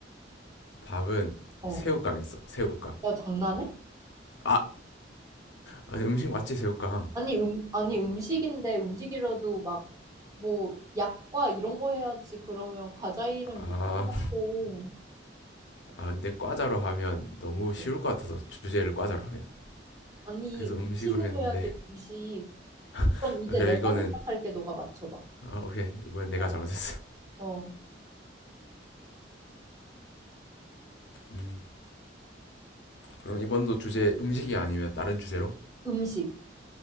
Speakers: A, on the left; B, on the right.
A: 답은
B: 어.
A: 새우깡이었어. 새우깡.
B: 야, 장난해?
A: 아, 아니 음식 맞지 새우깡.
B: 아니, 음, 아니, 음식인데 음식이라도 막, 뭐, 약과 이런 거 해야지. 그러면 과자 이름
A: 아.
B: 못 틀렸고.
A: 아, 근데 과자로 하면 너무 쉬울
B: 어.
A: 것 같아서 주제를 과자로 하면.
B: 아니,
A: 그래서
B: 음식으로
A: 음식으로 했는데
B: 해야지, 음식.
A: <laughs>
B: 그럼 이제
A: 오케이
B: 내가
A: 이거는
B: 생각할게, 너가 맞춰봐.
A: 아, 오케이 이번 내가
B: 어.
A: 잘못했어.
B: 어.
A: 음 그럼 이번도 주제 음식이 아니면 다른 주제로
B: 음식.